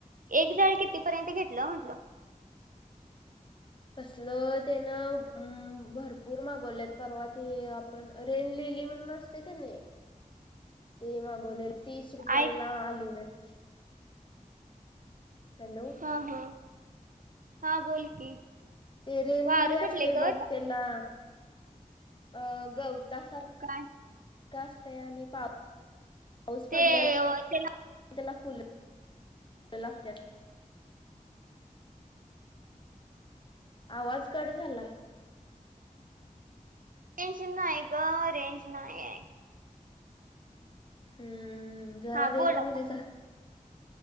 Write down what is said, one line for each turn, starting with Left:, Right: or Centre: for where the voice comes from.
Right: एक झाड कितीपर्यंत घेतलं म्हंटलं.
Left: कसलं त्यानं हम्म. हूम भरपूर मागवलेत परवा तू आपण रेन लिली म्हणून असते का नाही ते मागवलेल तीस रुपयला
Right: ऐक
Left: आलेलं. हॅलो.
Right: हा हा. हा बोल की
Left: ते रेनलेली
Right: वारं सुटले
Left: असतयं
Right: ग
Left: बघ तेला अ गवतासार
Right: काय?
Left: काय असतयं आणि पाऊस पडल्या
Right: ते त्याला
Left: त्याला फुल लागत्यात. आवाज कट झाला.
Right: अगं नाहीय ग रेंज नाही आहे.
Left: हम्म जरा
Right: हा
Left: रेंज
Right: बोल आता
Left: मध्ये जा.